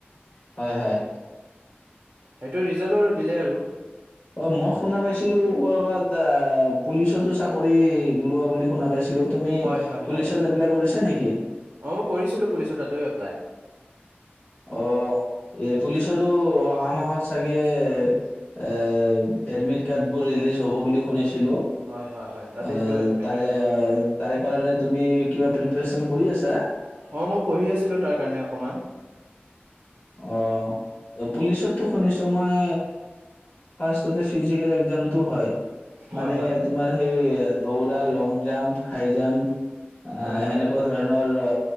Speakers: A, on the left (about 35°); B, on the right (about 60°).
A: হয়-হয়।
B: সেইটো ৰিজাল্ট আৰু দিলে আৰু।
A: অ' মই শুনা পাইছিলো কৰ'বাত পুলিচতো চাকৰি লোৱা বুলি শুনা পাইছিলো। তুমি
B: হয় হয়
A: পুলিচত
B: হয়
A: এপাই কৰিছা নেকি?
B: অ মই কৰিছিলো পুলিচৰ তাতেও এপ্লাই
A: অ' এ পুলিচৰো অহা মাহত চাগে এ এডমিট কাৰ্ডবোৰ ৰিলিজ হ'ব বুলি শুনিছো। চিলো,
B: হয় হয় হয় তাতে সেইটো
A: এই
B: এনেকা
A: তাৰে কাৰণে তুমি প্ৰিপাৰেচন কৰি আছা।
B: অ' মই পঢ়ি আছিলো তাৰ কাৰণে অকণমান।
A: অ' পুলিচতো শুনিছো মই ফাৰ্ষতে ফিজিকেল এক্জামটো হয়।
B: হয়
A: মানে
B: হয়
A: তোমাৰ সেই দৌৰা, লং জাম্প, হাই জাম্প। অহ
B: হয় হয়
A: সেনেকুৱা ধৰণৰ আ'